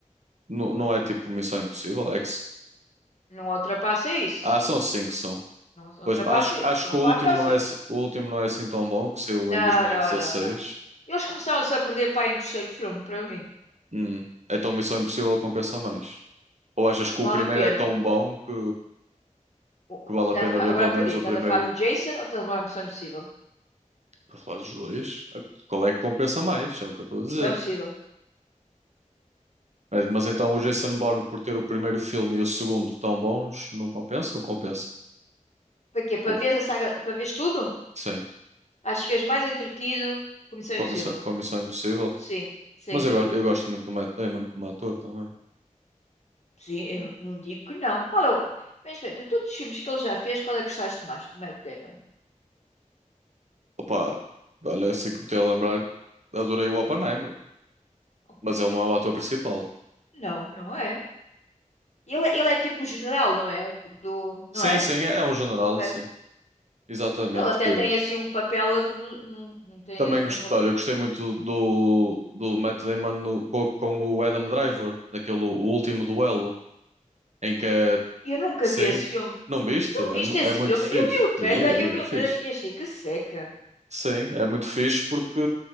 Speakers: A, on the right; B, on the left.
A: Não, não é tipo Missão Impossível? É que... s-
B: Não ultrapassa isso.
A: Ah, são cinco, são.
B: Não ultrapassa
A: Pois acho,
B: isso.
A: acho
B: São
A: que o
B: 4
A: último
B: ou
A: não
B: cinco
A: é, assi- o último não é assim tão bom, que saiu
B: Não,
A: em 2016.
B: não, não, não. Eles começaram-se a perder para aí no terceiro filme, para mim.
A: Hum. Então Missão Impossível compensa mais. Ou achas que
B: Vale
A: o primeiro
B: a pena.
A: é tão bom que.
B: O-
A: que
B: o-
A: vale
B: estás
A: a pena
B: a falar-
A: ver
B: Agora
A: pelo
B: perdi-me.
A: menos o
B: Estás
A: primeiro,
B: a falar no Jason ou estás a falar no Missão Impossível?
A: para falar dos dois, a- qual é que compensa mais, é o que eu estou a dizer.
B: Missão Impossível.
A: Mas, mas então o Jason Bourne, por ter o primeiro filme e o segundo tão bons, não compensa ou compensa?
B: Para quê? Para
A: Ou,
B: ver a saga, para veres tudo?
A: sim,
B: Acho que és mais entretido com Missão
A: comissão
B: Impossível.
A: comissão impossível.
B: Sim, sim.
A: Mas eu, go- eu gosto muito do Matt Damon como ator também.
B: Sim, eu não digo que não. Qual é o... Mas, espera, de todos os filmes que ele já fez, qual é que gostaste mais? De Matt Damon.
A: Opa, olha, assim que me tenho a lembrar, adorei o Oppenheimer,
B: Oppenheimer.
A: mas ele não é o ator principal.
B: Não, não é. Ele, é, ele é tipo o general, não é? Do... Não
A: Sim,
B: é?
A: sim, é, é um general,
B: Ok.
A: sim. Exatamente,
B: Ele até
A: que
B: tem assim um papel... redu- Não, não tem
A: Também
B: assim,
A: gostei,
B: um papel...
A: olha, gostei muito do, do Matt Damon no- co- com, o Adam Driver, naquele o último duelo, em que é,
B: Eu nunca
A: sim,
B: vi esse filme.
A: não viste?
B: Tu
A: É,
B: viste
A: mu-
B: esse
A: é muito
B: filme?
A: fixe.
B: Eu vi o trailer,
A: Vi, vi,
B: eu vi
A: é
B: o
A: fixe.
B: trailer e achei que seca.
A: Sim, é muito fixe porque